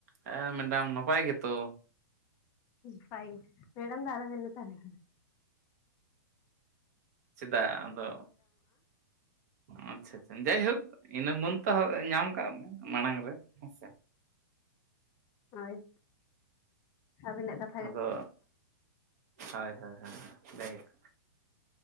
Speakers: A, on the right; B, on the left.
A: ᱦᱮᱸ ᱢᱮᱰᱟᱢ ᱱᱟᱯᱟᱭ ᱜᱮᱛᱚ
B: ᱱᱟᱯᱟᱭ ᱢᱮᱰᱟᱢ ᱫᱟ ᱟᱞᱚᱵᱮᱱ ᱢᱮᱛᱟ ᱞᱤ
A: ᱪᱮᱫᱟᱜ ᱟᱫᱚ ᱟᱪᱷᱟ ᱟᱪᱷᱟ ᱡᱟᱭᱦᱳᱠ ᱤᱱᱟᱹ ᱢᱟᱹᱱ ᱛᱚ ᱧᱟᱢ ᱠᱟᱜ ᱢᱮ ᱢᱟᱲᱟᱝ ᱨᱮ ᱦᱮᱸᱥᱮ
B: ᱦᱳᱭ ᱟᱹᱵᱤᱱᱟᱜ ᱠᱟᱛ
A: ᱟᱫᱚ ᱦᱚᱭ ᱦᱚᱭ ᱡᱟᱭᱦᱚᱠ